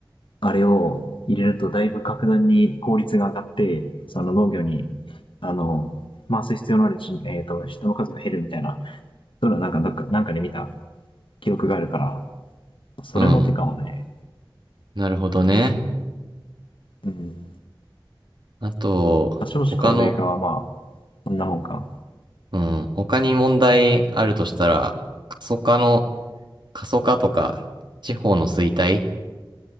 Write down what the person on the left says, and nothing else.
あれを入れるとだいぶ格段に効率が上がって、その農業に、あの、回す必要のある人、えっ、と、人の数が減るみたいな、そういうのなんか、なんかなんかで見た記憶があるから、それも手かもね。
うん。
多少子高齢化はまあ、
こんなもんか。